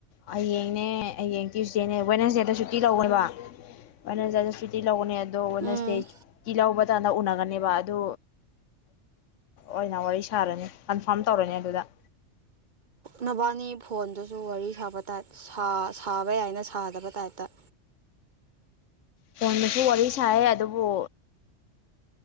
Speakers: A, on the left (about 80°); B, on the right (about 45°).
A: ꯍꯌꯦꯡꯅꯦ ꯍꯌꯦꯡ ꯇ꯭ꯌꯨꯁꯗꯦꯅꯦ ꯋꯦꯟꯁꯗꯦꯗ ꯁꯨꯇꯤ ꯂꯧꯏꯕ ꯋꯦꯅꯦꯁꯗꯥꯏ ꯁꯨꯇꯤ ꯂꯧꯕꯅꯦ ꯑꯗꯣ ꯋꯦꯅꯁꯗꯦ
B: ꯎꯝ
A: ꯁꯨꯇꯤ ꯂꯧꯕ ꯀꯥꯟꯗ ꯎꯅꯒꯅꯦꯕ ꯑꯗ ꯑꯣꯏꯅ ꯋꯥꯔꯤ ꯁꯥꯔꯅꯤ ꯀꯟꯐꯥꯔꯝ ꯇꯧꯔꯅꯤ ꯑꯗꯨꯗ
B: ꯅꯕꯥꯅꯤ ꯐꯣꯟꯗꯨꯁꯨ ꯋꯥꯔꯤ ꯁꯥꯕ ꯇꯥꯏꯞ ꯁꯥꯕ ꯌꯥꯏꯅ ꯁꯥꯗꯕ ꯇꯥꯏꯞꯇ
A: ꯐꯣꯟꯗꯁꯨ ꯋꯥꯔꯤ ꯁꯥꯏ ꯑꯗꯨꯕꯨ